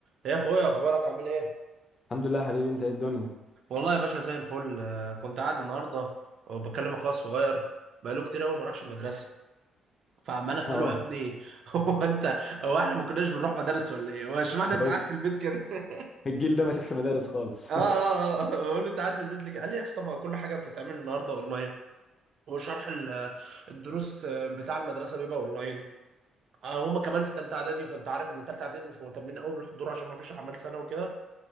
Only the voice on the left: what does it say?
الحمد لله يا حبيبي انت ايه الدنيا
<laughs>
اه
هو
الجيل ده ما شافش مدارس خالص